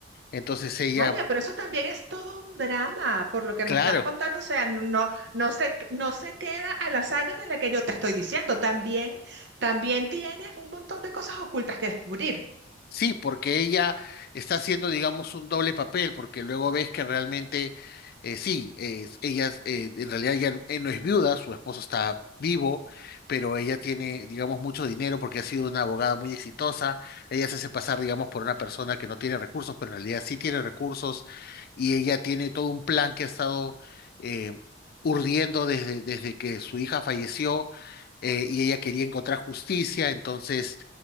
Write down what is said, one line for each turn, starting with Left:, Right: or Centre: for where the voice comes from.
Left: Entonces ella,
Right: Vaya, pero eso también es todo un drama, por lo que
Left: claro.
Right: me estás contando. O sea, no, no se, no se queda a la saga de la que yo te estoy diciendo. También, también tiene un montón de cosas ocultas que descubrir.
Left: Sí, porque ella está haciendo, digamos, un doble papel, porque luego ves que realmente, eh, sí, eh, ella, eh, en realidad ella eh, no es viuda, su esposo está vivo, pero ella tiene, digamos, mucho dinero porque ha sido una abogada muy exitosa. Ella se hace pasar, digamos, por una persona que no tiene recursos, pero en realidad sí tiene recursos y ella tiene todo un plan que ha estado eh, urdiendo desde, desde que su hija falleció eh, y ella quería encontrar justicia, entonces